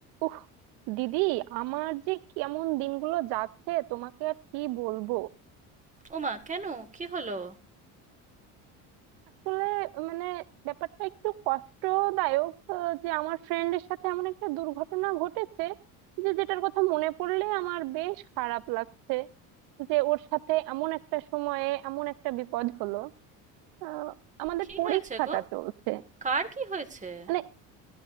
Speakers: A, on the right; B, on the right.
A: উফ দিদি আমার যে কেমন দিনগুলো যাচ্ছে তোমাকে আর কি বলবো
B: ওমা কেন কি হলো
A: আসলে মানে ব্যাপারটা একটু কষ্টদায়ক আহ, যে আমার ফ্রেন্ডের সাথে এমন একটা দুর্ঘটনা ঘটেছে যে যেটার কথা মনে পড়লে আমার বেশ খারাপ লাগছে যে ওর সাথে এমন একটা সময়ে এমন একটা বিপদ হলো আহ, আমাদের
B: কি
A: পরীক্ষাটা
B: হয়েছে গো
A: চলছে
B: কার কি হয়েছে
A: মানে